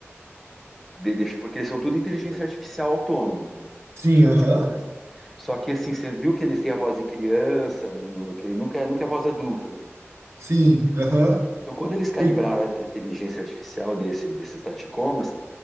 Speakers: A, in the centre; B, on the right (about 65°).
A: de- deixa- porque eles são tudo inteligência artificial autônomo, né?
B: Sim,
A: Os taticomas.
B: aham.
A: Só que assim, você viu que eles têm a voz de criança, no, no- que nunca, é- nunca é a voz de adulto, né?
B: Sim, aham.
A: Então, quando eles calibraram
B: Por-
A: a inteligência artificial desse, desses taticomas,